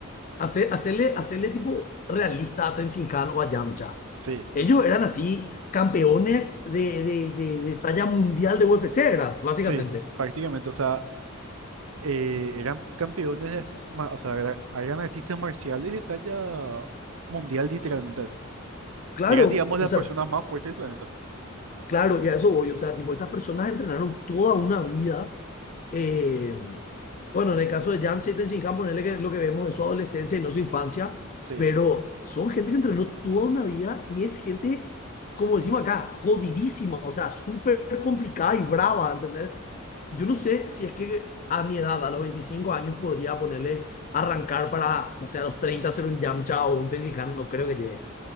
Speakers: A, on the left; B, on the right.
A: hace, hacerle, hacerle tipo realista a Ten Shin Han o a Yamcha,
B: sí,
A: ellos eran así campeones de, de, de, de talla mundial de UFC, ¿verdad? Básicamente.
B: sí, prácticamente, o sea... eh, eran campeones de, as- ma- o sea, era- eran artistas marciales de talla mundial, literalmente.
A: Claro,
B: Eran, digamos,
A: o
B: las
A: sea,
B: personas más fuertes del planeta.
A: Claro, y a eso voy. O sea, tipo, estas personas entrenaron toda una vida. eh, bueno, en el caso de Yamcha y Tenshinhan, ponerle que lo que vemos es su adolescencia y no su infancia,
B: Sí.
A: pero son gente que entrenó toda una vida y es gente, como decimos acá, jodidísima, o sea, súper complicada y brava, ¿entendés? Yo no sé si es que a mi edad, a los 25 años, podría ponerle arrancar para, no sé, a los 30 ser un Yamcha o un Tenshinhan, no creo que llegue.